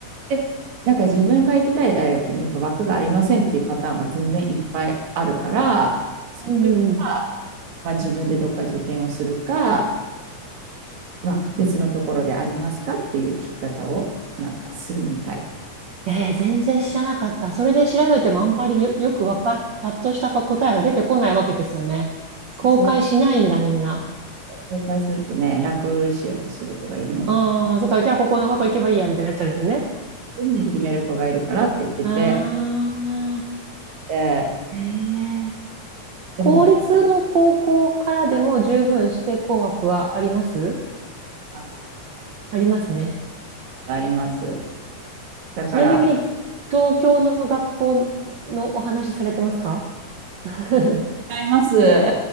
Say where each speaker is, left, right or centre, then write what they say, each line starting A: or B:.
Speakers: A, on the right (about 70°); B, on the right (about 80°).
A: で、なんか自分が行きたい大学にやっぱ枠がありませんっていうパターンは全然いっぱいあるから、そういう時は
B: ん。うんうん。
A: まあ自分でどっか受験をするか、まあ、別のところでありますかっていう聞き方をなんかするみたい。
B: えー、全然知らなかった。それで調べてもあんまりよ、よくわか、パッとしたか答えが出てこないわけですよね。
A: そうそう
B: 公開しないんだ、みんな。
A: 公開するとね、楽しようとする子がいるんだ。
B: ああ、
A: そ
B: そっか、じゃあここの学校行けばいいや、みたいになっちゃうんですよね。
A: ういうふうに決める子がいるからって言ってて、
B: ああ、
A: えー
B: へえ。
A: でも、
B: 公立の高校からでも十分指定校枠はあります
A: あります。
B: ありますね。
A: ありますだから、
B: ちなみに、東京の学校のお話されてますか <laughs> あ、
A: 違います。<laughs>